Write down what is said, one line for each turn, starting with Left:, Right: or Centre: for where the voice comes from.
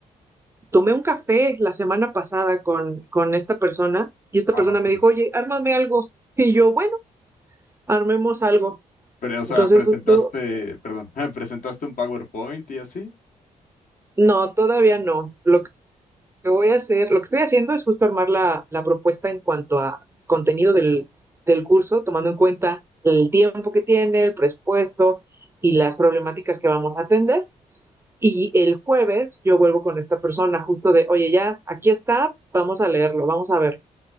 Right: Tomé un café la semana pasada con, con esta persona y esta
Left: Ah,
Right: persona
Left: ok.
Right: me dijo, oye, ármame algo. Y yo, bueno, armemos algo.
Left: Pero, o sea,
Right: Entonces,
Left: presentaste,
Right: justo,
Left: perdón, <laughs> presentaste un PowerPoint y así.
Right: no, todavía no. Lo que voy a hacer, lo que estoy haciendo es justo armar la, la propuesta en cuanto a contenido del, del curso, tomando en cuenta el tiempo que tiene, el presupuesto y las problemáticas que vamos a atender. Y el jueves yo vuelvo con esta persona justo de, oye, ya, aquí está, vamos a leerlo, vamos a ver